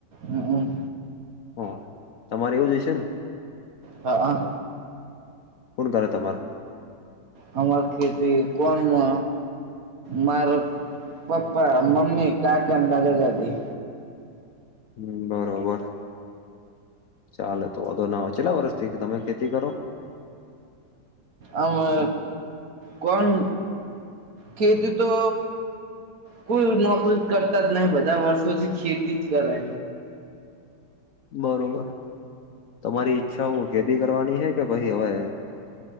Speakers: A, on the right; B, on the left.
A: હ, હમ.
B: હ, તમારે એવું જ હશે ને.
A: હા, હા.
B: કુણ કર તમારુ?
A: હમાર ખેતી કોણ અ માર પપ્પા, મમ્મી, કાકાન, દાદા-દાદી.
B: હમ, બરોબર. ચાલે તો વાધો ના આવે, કેટલા વર્ષથી તમે ખેતી કરો?
A: અમે કોણ? ખેતી તો કોઈ નોકરી કરતા જ નહી, બધા વર્ષોથી ખેતી જ કરે.
B: બરોબર તમારી ઈચ્છા, હું ખેતી કરવાની હે કે પહી હવે